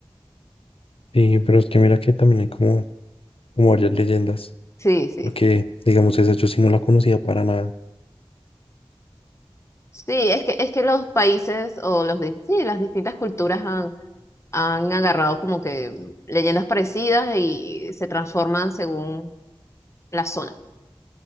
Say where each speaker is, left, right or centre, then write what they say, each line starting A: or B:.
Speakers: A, on the left; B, on the left.
A: Sí, pero es que mira que también hay como, como varias leyendas.
B: Sí, sí.
A: porque, digamos, esa yo sí no la conocía para nada.
B: Sí, es que, es que los países o los di- sí, las distintas culturas han, han agarrado como que mm, leyendas parecidas y se transforman según la zona.